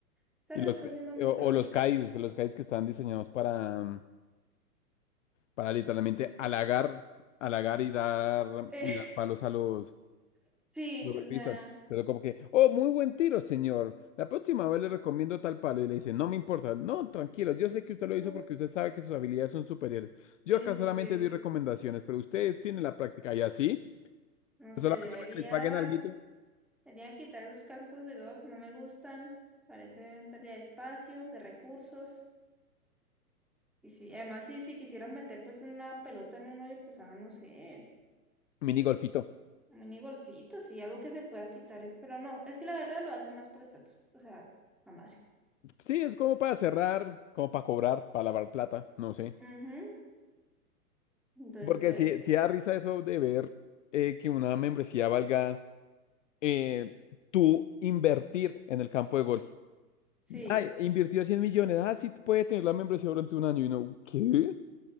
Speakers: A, in the centre; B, on the left.
A: está
B: Y
A: recogiendo
B: los, ca-
A: mis
B: o, o
A: peloticas.
B: los cais, que los cais que están diseñados para, mm, para literalmente halagar, halagar y dar,
A: Eh,
B: y dar palos a los,
A: <laughs> sí,
B: lo golpizan.
A: o sea,
B: Pero como que, oh, muy buen tiro, señor. La próxima vez le recomiendo tal palo. Y le dice, no me importa. No, tranquilo. Yo sé que usted lo
A: los...
B: hizo porque usted sabe que sus habilidades son superiores. Yo
A: Sí,
B: acá
A: sí,
B: solamente
A: sí.
B: doy recomendaciones, pero usted tiene la práctica. Y así,
A: No
B: pues
A: sé,
B: solamente
A: deberían,
B: para que les paguen alguito,
A: deberían quitar esos campos de golf, no me gustan. Parecen pérdida de espacio, de recursos. Y sí, además sí, si quisieran meter pues una pelota en un hoyo, pues ah, no sé.
B: mini golfito.
A: Un mini golfito, sí, algo que se pueda quitar, eh, pero no, es que la verdad lo hacen más por estatus, o sea, la madre.
B: Sí, es como para cerrar, como para cobrar, para lavar plata, no sé.
A: Ujú, Entonces,
B: Porque
A: pues,
B: si, si da risa eso de ver eh, que una membresía valga eh, tú invertir en el campo de golf.
A: sí.
B: Ay, invirtió 100 millones. Ah, sí, puede tener la membresía durante un año. Y no, ¿qué?